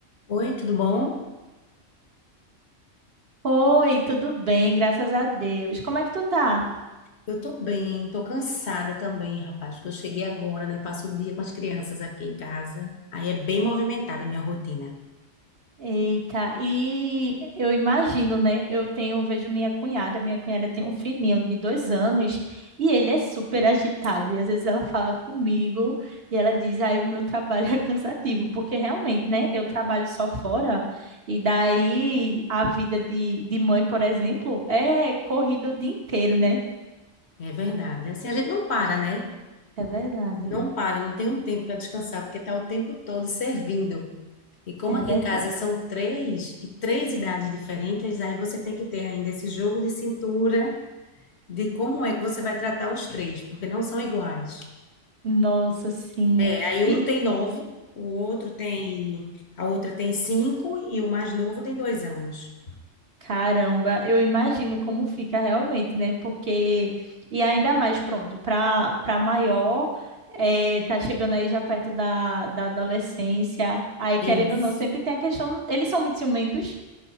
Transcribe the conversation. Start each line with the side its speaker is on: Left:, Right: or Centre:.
Left: Oi, tudo bom?
Right: Oi, tudo bem? Graças a Deus. Como é que tu tá?
Left: Eu tô bem, tô cansada também, rapaz, porque eu cheguei agora, né? Passo o dia com as crianças aqui em casa. Aí é bem movimentada a minha rotina.
Right: Eita, e eu imagino, né? Eu tenho, eu vejo minha cunhada, minha cunhada tem um filhinho de dois anos e ele é super agitado. E às vezes ela fala comigo e ela diz, ai, o meu trabalho <laughs> é cansativo, porque realmente, né? Eu trabalho só fora e daí a vida de, de mãe, por exemplo, é corrida o dia inteiro, né?
Left: É verdade. Assim, a gente não para, né?
Right: É verdade,
Left: Não para, não tem um tempo para descansar, porque tá o tempo todo servindo. E como
Right: é
Left: aqui
Right: verdade.
Left: em casa são três e três idades diferentes, aí você tem que ter ainda esse jogo de cintura de como é que você vai tratar os três, porque não são iguais.
Right: Nossa, sim.
Left: É, aí um
Right: E,
Left: tem nove, o outro tem A outra tem cinco e o mais novo tem dois anos.
Right: Caramba, eu imagino como fica realmente, né? Porque, e ainda mais, pronto, para para maior, eh, tá chegando aí já perto da, da adolescência, aí
Left: É
Right: querendo
Left: Isso.
Right: ou não, sempre tem a questão, eles são muito ciumentos.